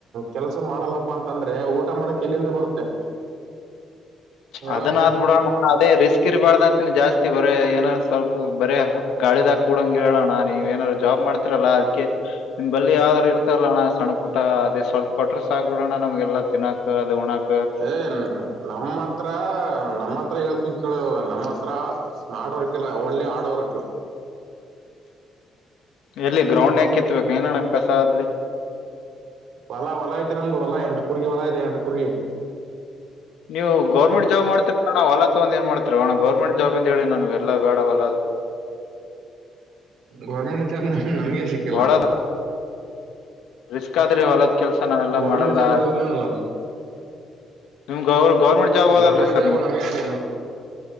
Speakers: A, on the right (about 75°); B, on the left (about 80°).
A: ಕೆಲಸ ಮಾಡಲ್ಲಪ್ಪಾ ಅಂತಂದ್ರೆ ಊಟ ಮಾಡಕ್ ಇಲ್ಲಿಂದ ಬರುತ್ತೆ ಹೇಳ
B: ಅದನ್ನ ಆದ್ಬ ಬಿಡೋಣ ಅದೇ ರಿಸ್ಕ್ ಇರ್ಬಾರ್ದ ಅಂತಿನಿ ಜಾಸ್ತಿ ತಿ ಬರೇ ಏನಾದಾರ ಸ್ವಲ್ಪ ಬರೇ ಗಾಳಿದಾಗ ಕೂಡಂಗಗೆ ಹೇಳೋಣ ನೀವ ಏನಾರರು ಜಾಬ್ ಮಾಡ್ತರಲ್ಲಾ ಅದ್ಕ್ಕೆ ನಿಮ್ ಬಲ್ಲಿಿ ಯಾವ್ದ್ರರು ಇರ್ತಲ್ಲ ಅಣ್ಣ ಸಣ್ಣ ಪುಟ್ಟ ಅದೇ ಸ್ವಲ್ಪ ಕೊಟ್ರ ಸಾಕಬಿಡಣ ನಮ್ಗೆಲ್ಲ ತಿನ್ನಾಕ್ ಅದು ಉಣಾಕ್
A: ಏನ್ ನಮ್ಮ ಹತ್ರ ತ್ರ ನಮ್ಮ ಹತ್ರ ೇಳ್ತ ಕೇಳಾಗ ನಮ್ಮ ಹತ್ರ ಸ್ಮಾರ್ಟ್ ವರ್ಕ್ ಇಲ್ಲ ಓನ್ಲಿ ಹಾರ್ಡ್ ವರ್ಕ್ ಹಾ
B: ಎಲ್ಲಿ ಗ್ರೌಂಡ್ ಯ ಕಿತ್ಬೇಕ ಏನಣಕ್ ಕಸ ಅಲ್ಲಿ
A: ಹೊಲ ಹೊಲ ಐತೆ ನಮ್ದು ಹೊಲ ಎಂಟ ಕುರ್ಗಿ ಹೊಲ ಐತೆ ಎಂಟ ಕುರ್ಗಿ
B: ನೀವು ಗೌರ್ಮೆಂಟ್ ಜಾಬ್ ಮಾಡ್ತ ನ ಹೊಲ ಒಂದು ಏನ್ ಮಾಡ್ತಾರೆ ಅವಣ ಗೌರ್ಮೆಂಟ್ ಜಾಬ್ಂತ ಹೇಳಿ ನನ್ಗೆ ಎಲ್ಲಾ ಬೇಡ ಹೊಲದ
A: ಗೌರ್ಮೆಂಟ್ ನಮ ನಮಗೆ ಸಿಕ್ಕಿಲ್ಲ
B: ಹೊಲದ ರಿಸ್ಕ್ ಆದ್ರಿ ಹೊಲದ ಕೆಲ್ಸ ನಾವೆಲ್ಲ
A: ಗೌರ್ಮೆಂಟ್
B: ಮಾಡಲ್ಲ
A: ಜಾಬ್ ಹೇಳಲಿಲ್ಲ
B: ನಿಮ್ಗೆ ಅವ್ರ ಗೌರ್ಮೆಂಟ್ ಜಾಬ್ ಅದಲ್ರಿ
A: ಗೌರ್ಮೆಂಟ್
B: ಸರ್
A: ಜಾಬ್ ನಮಗೆ ಸಿ